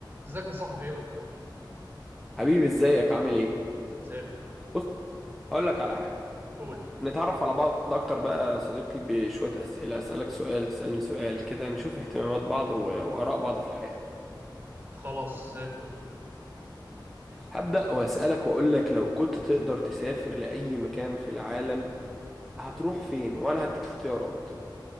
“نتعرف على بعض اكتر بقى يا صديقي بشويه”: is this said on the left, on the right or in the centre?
Centre